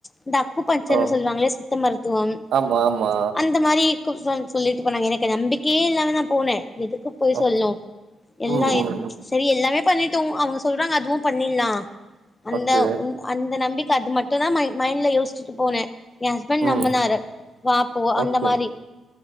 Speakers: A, on the left; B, on the right.
A: இந்த அக்கு பஞச்சர்
B: ஓ
A: சொல்லுவாங்களே சித்த மருத்துவம்
B: ஆமா ஆமா
A: அந்த மாரி சொல்லிட்டு போனாங்க எனக்கு நம்பிக்கையே இல்லாமதா போனே எதுக்கு பொய்
B: ஓ
A: சொல்னு எல்லா
B: ம் ம் ம்.
A: சரி எல்லாமே பண்ணிட்டோ அவங்க சொல்றாங்க அதுவு பண்ணிடலா அந்த
B: ஓகே
A: அந்த நம்பிக்க அது மட்டுதா மை மைண்ட்ல யோசிச்சுட்டு போனே எ ஹஸ்பண்ட் நம்புனாரு
B: ம்
A: வாப்போ அந்த
B: ஓகே
A: மாரி